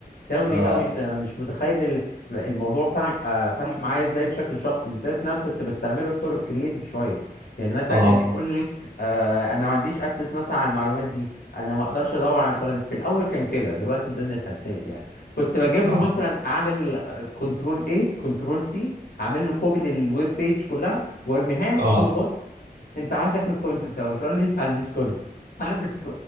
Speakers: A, on the left; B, on the right.
A: ثوري
B: اه
A: قوي انت مش متخيل ال- الموضوع فرق آه، فرق معايا ازاي بشكل شخصي بالذات ان انا كنت بستعمله بطرق كرييتيف شويه يعني مثلا
B: اه
A: كان يقول لك آه، انا ما عنديش اكسس مثلا على المعلومات دي انا ما اقدرش ادور على ترند في الاول كان كده دلوقتي الدنيا اتحسنت يعني كنت بجيب
B: اه
A: له مثلا اعمل كنترول ايه كنترول سي اعمل له كوبي للويب بيج كلها وارميها له
B: اه
A: اقول له بص انت عندك الكونتنت اهو تقول لي مش عنديش كونتنت عندك